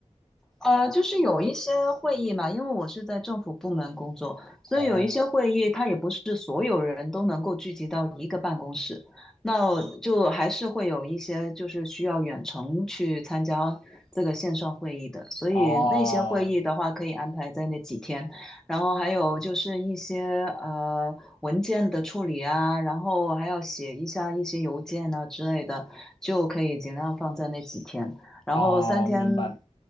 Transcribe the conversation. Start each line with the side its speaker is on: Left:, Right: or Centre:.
Centre: 呃，就是有一些会议嘛，因为我是在政府部门工作，所以有一些会议，
Left: 哦，
Centre: 它也不是所有人都能够聚集到一个办公室，那就还是会有一些就是需要远程去参加这个线上会议的，所以那些会议的话可以安排在那几天，
Left: 哦，
Centre: 然后还有就是一些呃文件的处理啊，然后还要写一下一些邮件啊之类的，就可以尽量放在那几天。然后三天
Left: 哦，明白。